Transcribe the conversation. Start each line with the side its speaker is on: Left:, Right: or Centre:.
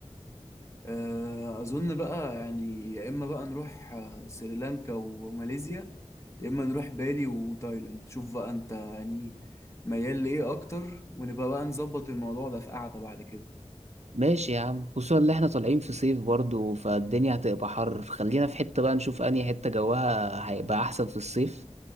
Left: آه، أظن بقى يعني يا إما بقى نروح آه، سريلانكا وماليزيا يا اما نروح بالي وتايلاند شوف بقى انت يعني ميال لايه اكتر ونبقى بقى نظبط الموضوع ده في قعدة بعد كده
Right: ماشي يا عم خصوصا اللي احنا طالعين في صيف برضو فالدنيا هتبقى حر فخلينا في حتة بقى نشوف أنهي حتة جوها هيبقى أحسن في الصيف